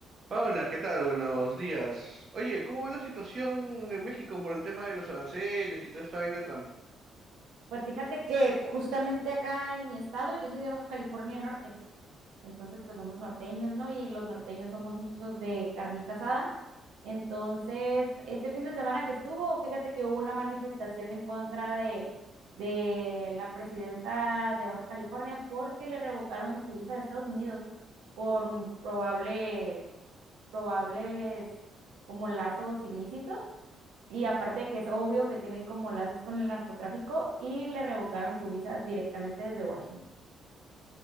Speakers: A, on the right (about 45°); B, on the right (about 85°).
A: Paola, ¿qué tal? Buenos días. Oye, ¿cómo va la situación en México por el tema de los aranceles y toda esta vaina de Trump?
B: Pues fíjate que justamente acá en mi estado, yo soy de Baja California Norte, entonces pues somos norteños, ¿no? Y los norteños somos muchos de carnita asada. Entonces, este fin de semana que estuvo, fíjate que hubo una manifestación en contra de, de la presidenta de Baja California porque le revocaron su visa de Estados Unidos por probable, probables como lazos ilícitos. Y aparte de que es obvio que tiene como lazos con el narcotráfico y le revocaron su visa directamente desde Washington.